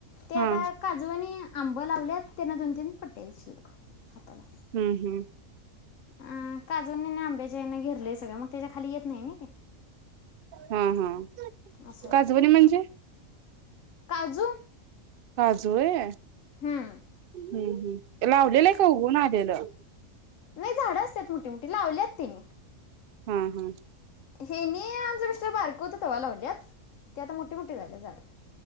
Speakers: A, on the left; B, on the right.
A: ते आता
B: हा
A: काजू वाणी आबं लावल्यात तेणं दोन तीन पट्या हाईत शिल्लक हाताला
B: ह‌्म ह‌.
A: अ काजूनी आणि आंब्यांच्या हेण घेरलय ते संगळ मग त्याज्या खाली येत नाई नाई ते.
B: हा हा
A: असं होतंय
B: काजवनी म्हणजे?
A: काजू
B: काजु व्हय,
A: हम्म
B: हं हं लावलेलं हाय काय उगवुन आलेलं?
A: नही झाड असत्यात मो हम लावल्यात त्यांनी
B: हा हा
A: हे मी आमच मिस्टर बारक होत तवा लावल्यात ते आता मोठी मोठी झाल्यात झाड.